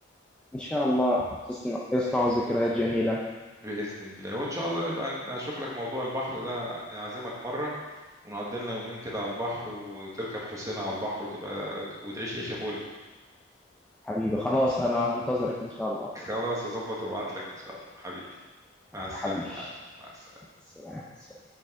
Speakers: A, in the centre; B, on the right.
A: إن شاء الله تصنع يصنع ذكريات جميلة
B: باذن الله وان شاء الله نبقى نشوف لك موضوع البحر ده اعزمك مره ونقضي لنا يومين كده على البحر وتركب حسينة على البحر وتبقى وتعيش عيشه فل
A: حبيبي خلاص أنا هنتظرك إن شاء الله
B: خلاص اظبط وابعت لك ان شاء الله حبيبي مع السلامه
A: حبيبي
B: يا علي مع السلامه
A: سلام.